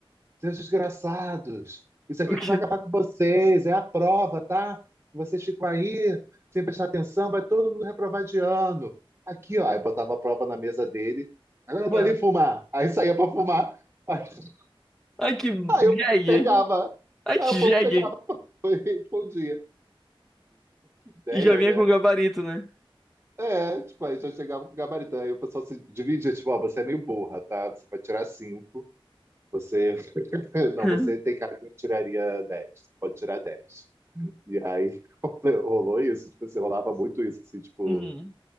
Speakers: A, on the right; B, in the centre.
A: Seus desgraçados, isso aqui
B: o quê?
A: que vai acabar com vocês, é a prova, tá? Vocês ficam aí sem prestar atenção, vai todo mundo reprovar de ano. Aqui, ó, aí botava a prova na mesa dele. Agora eu vou
B: Ah.
A: ali fumar. Aí saía pra fumar. <laughs>
B: Ai, que jegue!
A: Aí aí eu pegava.
B: Ai,
A: Aí
B: que
A: o
B: jegue!
A: povo pegava <laughs> e respondia. Ideia,
B: E já vinha
A: né?
B: com gabarito, né?
A: É, tipo, aí já chegava com o gabarito. Aí o pessoal se dividia, tipo, ó, você é meio burra, tá? Você vai tirar cinco. Você. <laughs> Não,
B: <laughs>
A: você tem cara que tiraria 10, Pode tirar 10. E aí <laughs> rolou isso, tipo, assim, rolava muito isso, assim, tipo,
B: Uhum.